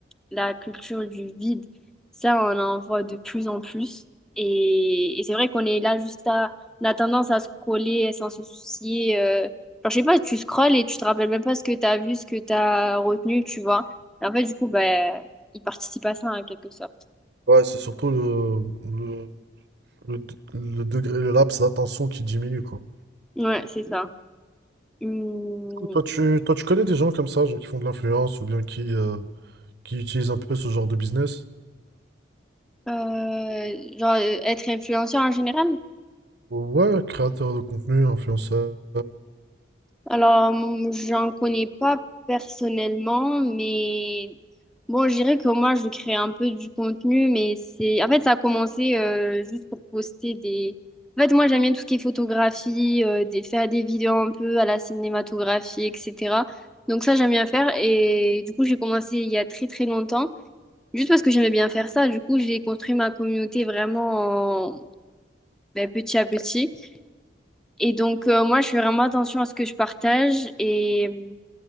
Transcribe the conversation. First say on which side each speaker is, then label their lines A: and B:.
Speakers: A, in the centre; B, on the right (about 60°).
A: la culture du vide, ça, on en voit de plus en plus. Et, et c'est vrai qu'on est là juste à... On a tendance à scroller sans se soucier. Euh... Genre, je sais pas, tu scrolles et tu te rappelles même pas ce que tu as vu, ce que tu as retenu, tu vois. Et en fait, du coup, bah, il participe à ça en quelque sorte.
B: Ouais, c'est surtout le, le, le, le degré, le laps d'attention qui diminue, quoi.
A: Ouais, c'est ça. Hum,
B: Du coup, toi, tu, toi, tu connais des gens comme ça, genre qui font de l'influence ou bien qui, euh, qui utilisent un peu ce genre de business?
A: euh, genre, euh, être influenceur en général?
B: Ouais, créateur de contenu, influenceur.
A: Alors, hum, j'en connais pas personnellement, mais bon, je dirais que moi, je crée un peu du contenu, mais c'est... En fait, ça a commencé euh, juste pour poster des... En fait, moi, j'aime bien tout ce qui est photographie, euh, des... faire des vidéos un peu à la cinématographie, etc. Donc ça, j'aime bien faire. Et du coup, j'ai commencé il y a très, très longtemps. Juste parce que j'aimais bien faire ça, du coup, j'ai construit ma communauté vraiment en- ben, petit à petit. Et donc, euh, moi, je fais vraiment attention à ce que je partage. Et euh,